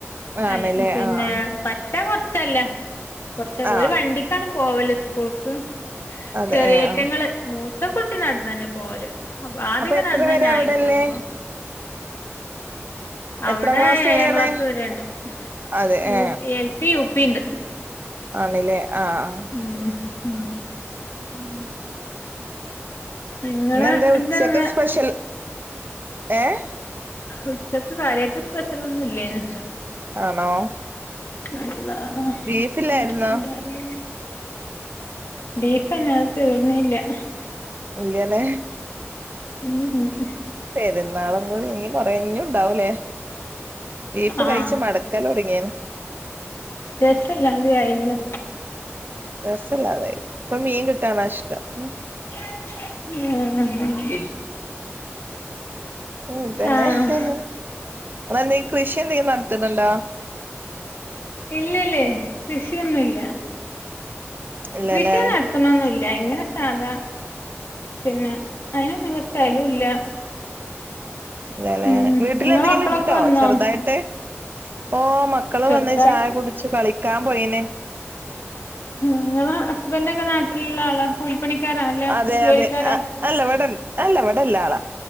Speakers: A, on the right; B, on the left.
A: ആണ്ല്ലേ
B: അൽ പിന്നെ
A: ആഹ്
B: പറ്റ് പറ്റ കൊർച്ചല്ല കൊർച്ച്
A: ആഹ്
B: ഓര് വണ്ടിക്കാണ് പോവല് സ്കൂൾക്ക്.
A: അതെ
B: ചെറിയേറ്റങ്ങള്
A: ഏഹ് ആഹ്
B: മൂത്തക്കുട്ടി നടന്നന്നെ പോവല്. അപ്പൊ ആദ്യൊക്കെ
A: എത്ര
B: നടന്നന്നായിരുന്നു
A: വരെ അവിടെള്ളേ
B: പ്പം അവിടെ
A: എത്രാം ക്ലാസ്
B: ഏഴാം
A: വരെയാണ്
B: ക്ലാസ് വരെണ്ട്
A: അതെ
B: യു
A: ഏ
B: എൽ പി, യുപി ണ്ട്
A: ആണ് ലേ ആഹ് ആഹ്
B: ഊം ഉം
A: ഉം
B: നിങ്ങള്
A: പിന്നെന്താ
B: എന്തന്ന്
A: ഉച്ചക്ക് സ്പെഷ്യൽ? ഏഹ്
B: ഉച്ചക്ക് കാര്യായ്ട്ട് സ്പെഷ്യലൊന്നും ഇല്ലേന്ന്.
A: ആണോ
B: അള്ളാ
A: ബീഫില്ലായിരുന്നോ
B: ബെല്ലട്ച്ചിണ്ടറീല ബീഫന്നെ അഹ് തീർന്നീല്യ.
A: ഇല്ല്യ ലെ
B: ഉം ഉം
A: പെരുന്നാളും കൂടി ഇഞ്ഞ് കൊറേ ഇഞ്ഞുംണ്ടാവൂലേ ബീഫ്
B: ആഹ്
A: കഴിച്ച് മട് ക്കലൊട്ങ്ങീണ്
B: രസല്ലാതെ ആയിഗ്ണ്
A: രസല്ലാതായി ഇപ്പ മീൻ കിട്ടാനാഷ്ട്ടം ഉം
B: <unintelligible>
A: ഉം തന്നെ
B: ആഹ്
A: നിങ്ങളെന്തെങ്കി കൃഷി എന്തെങ്കിലും നട്ത്ത്ന്ന്ണ്ടോ?
B: ഇല്ലല്ലേ കൃഷിയൊന്നുംല്ല
A: ഇല്ലല്ലേ
B: കൃഷിയന്നട് ത്ത്ണൊന്നുല്ല ഇങ്ങനെ സാധാ പിന്നെ അയ്നൊന്നുള്ള സ്ഥലൂല്ല
A: ഇല്ലലേ
B: ഉം
A: വീട്ടില്
B: നിങ്ങളെ
A: എന്തെങ്കിലി
B: മക്കളൊക്കെ
A: ഇണ്ടോ
B: വന്നോ
A: ചെറ്തായിട്ട് ഓ മ ക്കള്
B: ചെറുതായിട്ട്
A: വന്ന് ചായ കുടിച്ച് കളിക്കാം പോയിണ്
B: ഇങ്ങള ഹസ്ബന്റൊക്ക നാട്ടിൽള്ള ആളാ കൂലിപ്പണിക്കാരാ അല്ല
A: അതെ
B: ജോലിക്കാരാ
A: അതെ അ അല്ല ഇവടൽ അല്ല ഇവടല്ലാളാ